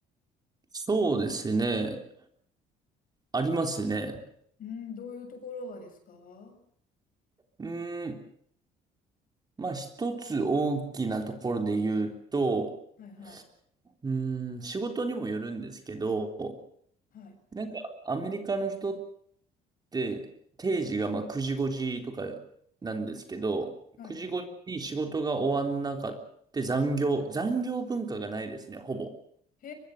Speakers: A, on the right; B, on the left.
A: そうですね。ありますね。
B: うん、どういうところがですかは
A: うーん。まあ、一つ大きなところで言うと、
B: いはい。
A: うーん、仕事にもよるんですけど、
B: はい。
A: なんかアメリカの人って定時がまあ9時5時とかなんですけど、
B: はい。
A: 9時5時に仕事が終わんなかって残業、残業文化がないですね、ほぼ。
B: へ